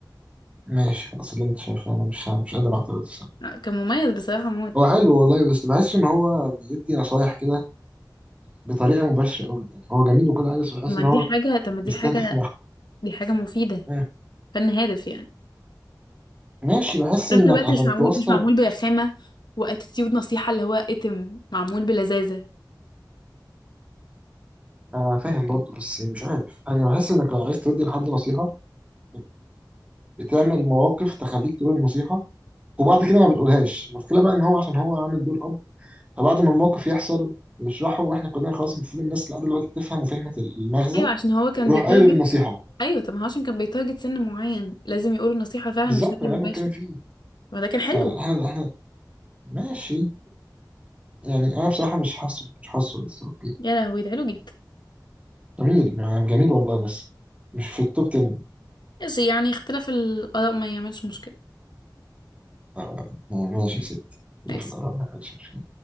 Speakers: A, on the right; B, on the left.
A: ماشي خلاص اللي انت شايفه انا مش مش قادر اعترض
B: لا، كان مميز بصراحه موت
A: هو حلو والله بس بحس ان هو بيدي نصايح كده بطريقه مباشره قوي يعني هو جميل وكل حاجه بس بحس
B: طب ما
A: ان
B: دي
A: هو
B: حاجه طب ما دي
A: مستهدف
B: حاجه
A: مرحله
B: دي حاجه مفيده
A: مم.
B: فن هادف يعني
A: ماشي بحس
B: في
A: انك
B: نفس الوقت
A: عشان
B: مش معمول
A: توصل
B: مش معمول برخامة واتيتيود نصيحة اللي هو اتم معمول بلذاذة
A: آه فاهم برضه بس مش عارف انا بحس انك لو عايز تدي لحد نصيحه بت- بتعمل مواقف تخليك تقول النصيحه وبعد كده ما بتقولهاش المشكله بقى ان هو عشان هو عامل دور اب فبعد ما الموقف يحصل ويشرحه واحنا كلنا خلاص المفروض الناس اللي قاعده دلوقتي بتفهم وفهمت ال- المغزى
B: ايوه عشان هو كان
A: يروح
B: بيتارجت
A: قايل النصيحه
B: ايوه طب ما هو عشان كان بيتارجت سن معين لازم يقول النصيحة فعلا
A: بالظبط
B: بشكل
A: ما ده
B: مباشر
A: اللي بتكلم فيه
B: ما ده كان حلو
A: فاحنا احنا ماشي يعني انا بصراحه مش حاسه مش حاسه بس اوكي
B: يا لهوي ده حلو جدا
A: جميل يعني جميل والله بس مش في التوب 10
B: بس يعني اختلاف الآراء ما يعملش مشكلة
A: آه، يعني ماشي يا ستي لا
B: ماشي
A: في الآراء ما عادش مشكله